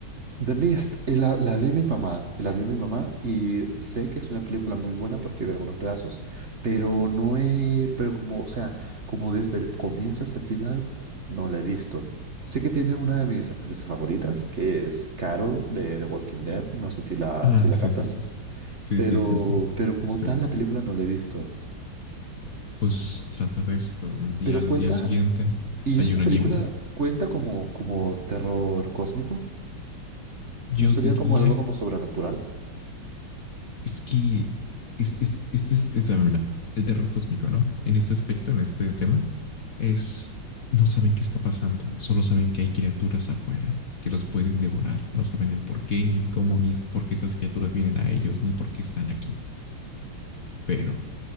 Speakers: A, on the right (about 35°); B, on the left (about 45°).
A: The Mist, eh, la, la vi mi mamá, la vio mi mamá y sé que es una película muy buena porque vi algunos pedazos, pero no he, pero como, o sea, como desde el comienzo hasta el final, no la he visto. Sé que tiene una de mis actrices favoritas, que es Carol de The Walking Dead, no sé si la,
B: Ah,
A: si la
B: sí,
A: captas.
B: sí, sí, sí. Sí,
A: Pero,
B: sí, sí, sí. Sí,
A: pero como
B: sí
A: tal,
B: la
A: la
B: vi.
A: película no la he visto.
B: Pues trata de esto. Un día
A: Pero
B: al
A: cuenta,
B: día siguiente
A: ¿y
B: hay
A: esa
B: una
A: película
B: niebla.
A: cuenta como, como terror cósmico?
B: Yo
A: ¿No sería
B: diría,
A: como algo como sobrenatural?
B: es que es, es- este es, es- ah, mira, el terror cósmico, ¿no? En este aspecto, en este tema, es no saben qué está pasando, solo saben que hay criaturas afuera que los pueden devorar. No saben el por qué, ni el cómo, ni es- por qué esas criaturas vienen a ellos, ni por qué están aquí. Pero